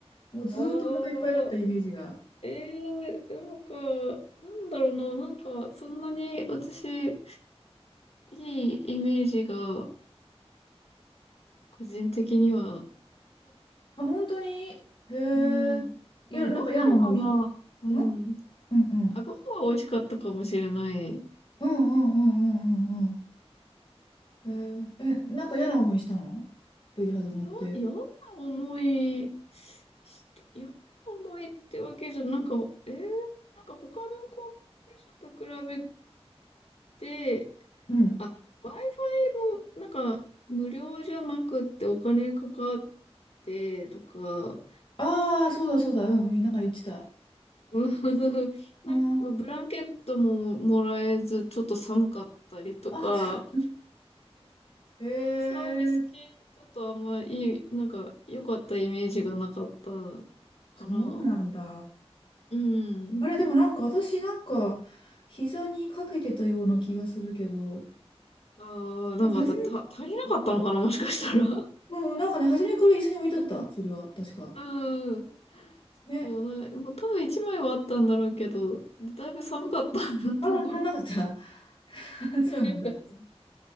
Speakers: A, on the left; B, on the left.
A: もうずーっとお腹いっぱいだったイメージが。
B: ああ、ええーなんか、なんだろうな、なんか、そんなに私、いいイメージが、個人的には。
A: あ、本当にへえ。
B: うん。
A: いや、
B: でもご飯はまあ、
A: なんか嫌な思いし、
B: うん。
A: んうんうん。
B: あ、ご飯は美味しかったかもしれない。
A: うんうんうんうんうんうん。
B: うん
A: えー、
B: なんだろ
A: え、なんか嫌な思いしたのエリハド乗って。
B: う。や嫌な思いし嫌な思いってわけじゃ、なんか、えー、なんか他の航空会社と比べて、
A: うん。
B: あ、Wi-Fi もなんか無料じゃなくってお金かかってとか、
A: ああ、そうだそうだ。うん、なんか言ってた。
B: うん <laughs> なんかブランケットももらえず、
A: うん。
B: ちょっと寒かったりとか、
A: あ、<laughs> へえ。
B: サービス系ってちょっとあんまいい、なんか良かったイメージがなかった
A: そうなんだ。
B: かな。うん。
A: あれ、でもなんか私なんか、膝にかけてたような気がするけど、
B: ああ、なんかた、
A: なんか初め、
B: た、足りなかったのかな、もしかしたら。
A: うん、なんかね、初めから椅子に置いてあった。
B: <laughs>
A: それは、確か。
B: うん。
A: ね。
B: そう、なんか、もう多分一枚はあったんだろうけど、だいぶ寒かったんだと思う。
A: ああ、足んなかった。<laughs>
B: <laughs>
A: そうなんだ。
B: 足りなかっ